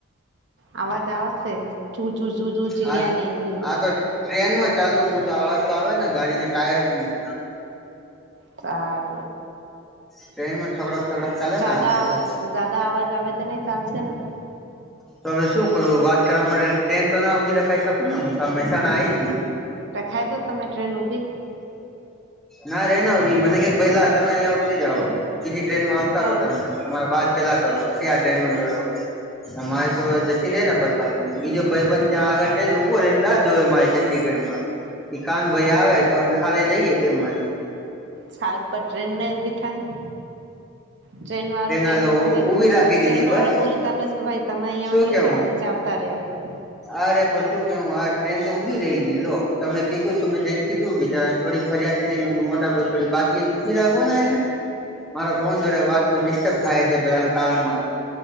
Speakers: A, on the right; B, in the centre.
A: આવાજ આવશે. ચૂ ચૂ ચૂ ચૂ ચીડિયા
B: હા
A: નહી થઈ
B: હા તો ટ્રેનમાં ચાલુ તો આવાજ તો આવે ને ગાડીના ટાયર ની
A: તાર
B: ટ્રેન માં છકડક થકડક ચાલે ના
A: જદા
B: એટલે
A: આવા
B: <unintelligible>
A: જદા અવાજ આવે તો નહી ચાલશે ને
B: તો હવે શું કરું વાત કરવા માટે ટ્રેન તો ના ઉભી રખી શકું ને હું તો મહેસાણા આઇ ગુ.
A: રખાય તો તમે ટ્રેન ઉભી
B: ના રે ના હો મને કક પાઈલા તમે અહિયાં ઉતરી જાઓ. બીજી ટ્રેનમાં આવતા
A: હ
B: રહો તમમે તમારે વાત પેલા કરો પછી આ ટ્રેનમાં બેડો. અમારે તો જસી રે ને પર પા બીજો ભાઈબન ત્યાં આગળ જઈને ઉભો ર એને રાહ જોએ મારે ચંંદડીગઢ માં કાન ભાઈ
A: સારું
B: આવે તો અમે હારે જઈએ બે મજ
A: સારું ઉપ ટ્રેન ના એવું બી થાય. ટ્રેન વાળું કેવાય
B: હાલો
A: તમે
B: ઉભી રાખી
A: ટ્રેન
B: દીધી બસ
A: વાળો બોલી તમે કે ભાઈ તમે અહિયાયા
B: શું
A: ઉતરી
B: કેવું
A: જા અમે જાવતા રહ્યા.
B: અરે પ શું કેવું આજ ટ્રેન તો ઉઊભી રહી ગઈ તમે કીધું તમે જઈને કીધું બીચને થોડીક ફરિયાદ કરીને મોટા ભાઈ થોડી બાકી ઉભી રહ કોને એને મારા બોન જોડે વાત તો ડિસ્ટર્બ થાય છે પેલા કાનમાં